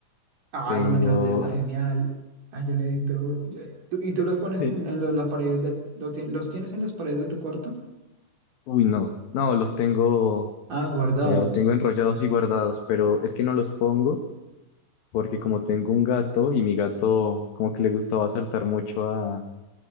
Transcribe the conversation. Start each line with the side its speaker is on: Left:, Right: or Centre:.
Right: Ah,
Left: tengo,
Right: el Minecraft debe estar genial. Ah, yo necesito. yo- tú- ¿Y tú
Left: <laughs>
Right: los pones en, en lo- las paredes de, lo tien- los tienes en las paredes de tu cuarto?
Left: uy, no, no, los tengo,
Right: Ah, guardados.
Left: eh, los tengo enrollados y guardados, pero es que no los pongo porque como tengo un gato y mi gato como que le gustaba saltar mucho a,